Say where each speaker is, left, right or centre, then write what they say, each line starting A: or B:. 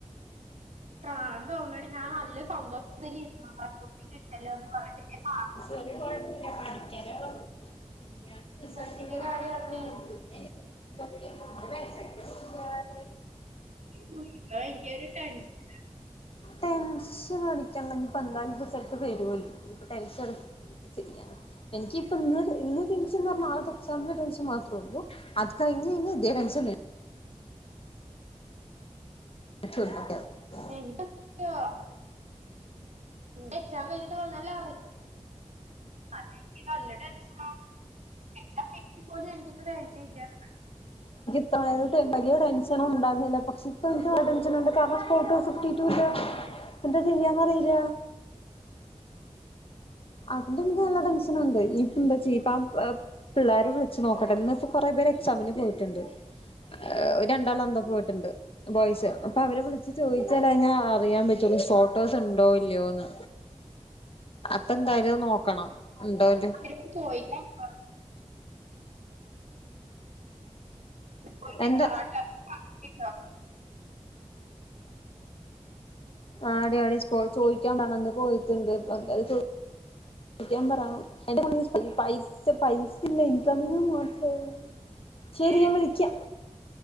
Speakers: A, on the right; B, on the left.
A: പ്രാന്ത് തോന്നയടി ഞാൻ നല്ല സന്തോഷത്തില് ഇരിന്നതാ പൊട്ടി ഇനി കിട്ടല്ലോ എന്ന് കൊറേ പേര് പാ
B: ഒര് കൊഴപ്പില്ല പഠിക്കാനെ പറഞ്ഞു വിദ്യാർത്ഥി <inaudible>
A: റിസൾട്ടിന്റെ
B: സത്യങ്ങൾ അറിഞ്ഞ്
A: കാര്യം അറിഞ്ഞേ
B: തൊടങ്ങി ഇരിക്കില്ലേ ഏ കൊ <unintelligible> ഫുഡ്‌ വെശക്കണു ല്ലാ
A: <inaudible> ന്നാ ഇൻകൊര്‌ ര ടെൻഷനാ
B: ടെൻഷൻ അടിക്കണ്ടെങ്കിൽ ഇപ്പ എന്തായാലും റിസൽട്ട് വെരുവല്ലോ ഇപ്പ ടെൻഷൻ എടുത് എന്ത് ചെയ്യാനാ എനിക്ക് ഇപ്പ ഇന്ന് ഇന്ന് ടെൻഷൻ ന്നറ്ഞ്ഞാ നാളത്തെ എക്സാമിന്റെ ടെൻഷൻ മാത്രേ ഒള്ളൂ അത് കയിഞ്ഞ് യിഞ്ഞാ ഇതേ ടെൻഷന്നെ ചു <unintelligible>
A: എനിക്ക് <unintelligible> ഇന്റെ എക്സാം കയിഞ്ഞിട്ട് വന്നാല് അറി പറിണ എനിക്ക് നല്ല ടെൻഷനാ എക്സാം കഴിഞ്ഞിട്ട് പോലും എനിക്ക് ഇത്ര ടെൻഷൻ ഇല്ല <inaudible>
B: ഇപ്പം <unintelligible> വല്യ ടെൻഷനും ണ്ടായിരുന്നില്ല പക്ഷേ ഇപ്പം എനിക്ക് ആ ടെൻഷൻ ഒണ്ട് കാരണം ഫോട്ടോസ് കിട്ടിട്ടൂല്ല എന്താ ചെയ്യാന്ന് അറീല്ല അതിന്റെ
A: പറഞ്ഞതാണ്.
B: മുന്നെ നല്ല ടെൻഷനുണ്ട് ഇനിയിപ്പ എന്താ ചീപ്പാം വ് പിള്ളേരെ വിള്ച്ച് നോക്കട്ടെ ഇന്ന് ഇപ്പൊ കൊറേ പേര് എക്സാമിന് പോയിട്ട്ണ്ട് ഏ് രണ്ടാള് അന്ത പോയിട്ട്ണ്ട് ബോയ്സ് അപ്പ അവരെ വിളിച്ച് ചോദിച്ചാലാഞാ അറിയാൻ പറ്റോല്ലോ ഫോട്ടോസ് ഇണ്ടോ ഇല്ലയോന്ന് അപ്പ എന്തായാലും അഅ് നോക്കണം ഇണ്ടോന്ത്
A: ഇപ്പ ചോയിക്കാൻ ണ്ടോ ചോദിക്കാൻ
B: എന്ത
A: പറയട്ടെ
B: ആടിയാടി സ്പോ ചോയിക്കാൻ പറണന്ന് പോയി റ്റ്ണ്ട് അപ്പ എന്തായ്ലും ത് ക്കാൻ പറ എന്റെ ഫുള്ള് ഈ പൈ സ പൈസില്ലേ ഇൻക്ക് അതിന് മാത്രേ ശരി
A: ഏഹ്
B: ഞാൻ വിളിക്കാ